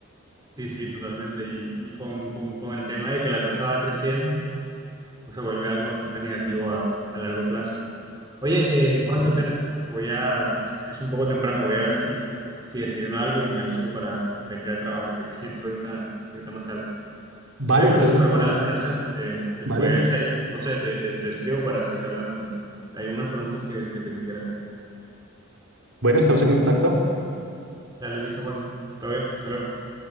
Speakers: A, on the right; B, on the right.
A: Sí, sí, totalmente. Y, y con, con, con el tema de que la tasa va creciendo, pues se vuelve algo bastante negativo a a largo plazo. Oye, eh, Juan, qué pena. Voy a, es un poco temprano, voy a ver si, si desayuno algo y me alisto para, para ir a trabajar, que <laughs> entro ahorita, ahorita más tarde.
B: Vale,
A: Oye,
B: entonces
A: pero súper
B: estaremos-
A: buena la conversación. Eh, después
B: vale, sí.
A: ahí, no sé, te, te, te escribo para seguir hablando. Hay unas preguntas que, que te quisiera hacer.
B: Bueno, estamos en contacto.
A: Dale, listo, Juan. Todo bien, saludos.